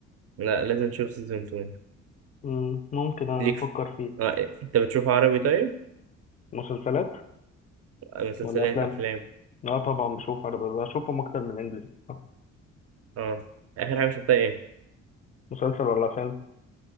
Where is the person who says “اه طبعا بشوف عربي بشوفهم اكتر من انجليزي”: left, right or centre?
Left